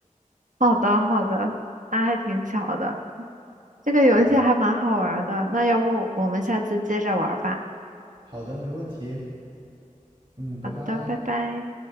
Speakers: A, on the right (about 70°); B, on the right (about 40°).
A: 好的好的，那还挺巧的。这个游戏还蛮好玩儿的，
B: 对，
A: 那要不我们下次接着玩儿吧？
B: 好的，没问题。嗯，拜拜。
A: 好的，拜拜。